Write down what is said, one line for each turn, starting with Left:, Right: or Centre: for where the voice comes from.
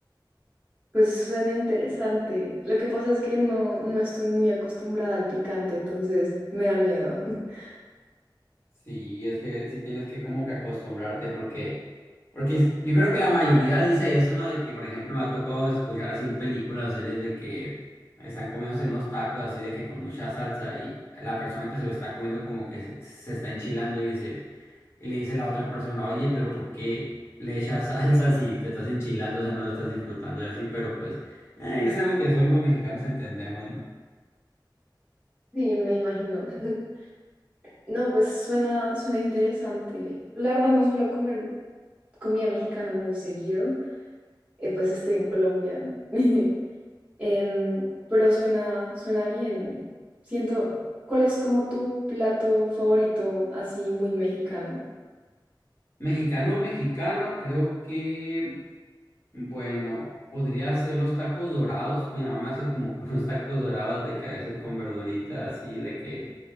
Right: Pues suena interesante. Lo que pasa es que no, no estoy muy acostumbrada al picante, entonces me da miedo. <laughs>
Left: Sí, es que sí tienes que como que acostumbrarte porque, porque es- yo creo que la mayoría dice eso, ¿no? De que, por ejemplo, me ha tocado escuchar así en películas o series de que están comiéndose unos tacos así de que con mucha salsa y la persona que se lo está comiendo como que se, se está enchilando y dice, y le dice la otra persona, oye, pero ¿por qué le echas <laughs> salsa si te estás enchilando? O sea, no lo estás disfrutando y así, pero pues eh, es algo que solo los mexicanos entendemos, ¿no?
Right: Sí, me imagino. <laughs> No, pues suena, suena interesante. La verdad no suelo comer comida mexicana muy seguido, eh, pues estoy en Colombia. <laughs> Em, pero suena, suena bien. Siento, ¿cuál es como tu plato favorito así muy mexicano?
Left: Mexicano, mexicano, creo que... Bueno, podría hacer los tacos dorados. Mi mamá me hace como que <laughs> unos tacos dorados de que a veces con verduritas así, de que